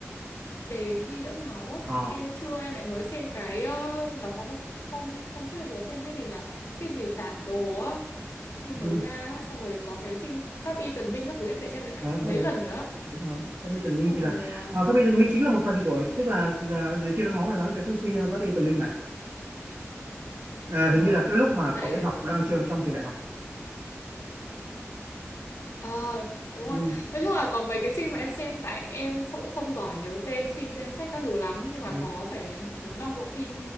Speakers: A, on the left (about 75°); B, on the right (about 65°).
A: đề thi đẫm máu á
B: ờ
A: em chưa em lại mới xem cái ờ, nó có một hôm hôm trước em vừa xem cái gì nhở cái gì giảng đồ á phim
B: ừ.
A: mới ra á, xong rồi có cái phim Pháp Y Tần Minh các thứ em sẽ xem lại
B: ờ, ờ,
A: mấy
B: ờ,
A: lần nữa á
B: đúng rồi phép bí tần minh
A: xong
B: thì là
A: rồi à,
B: à, phép bí tần minh chính là một phần của tức là à, đề thi đẫm máu là nói về phép suy phát đi tần minh mà à,
A: à,
B: hình như là cái lúc mà
A: tại
B: cậu ấy học đang chưa trong trường đại học
A: à, đúng
B: ừ,
A: rồi nói chung là có mấy cái phim mà em xem tại em cũng không giỏi nhớ tên phim tên sách các thứ lắm nhưng mà
B: đúng
A: có phải đến bốn năm bộ phim